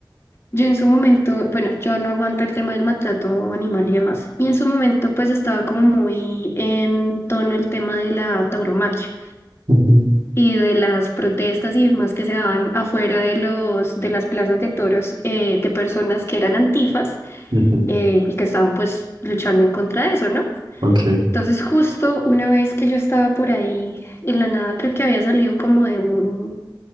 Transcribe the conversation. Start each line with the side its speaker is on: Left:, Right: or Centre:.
Left: Yo en su momento, bueno, yo no aguanto el tema del maltrato animal y demás. Y en su momento, pues estaba como muy en tono el tema de la tauromaquia
Right: Ujú,
Left: y de las protestas y demás que se daban afuera de los, de las plazas de toros eh, de personas que eran antifas
Right: ujú,
Left: eh, y que estaban pues luchando en contra de eso, ¿no?
Right: Ok.
Left: Entonces, justo una vez que yo estaba por ahí, en la nada creo que había salido como de un,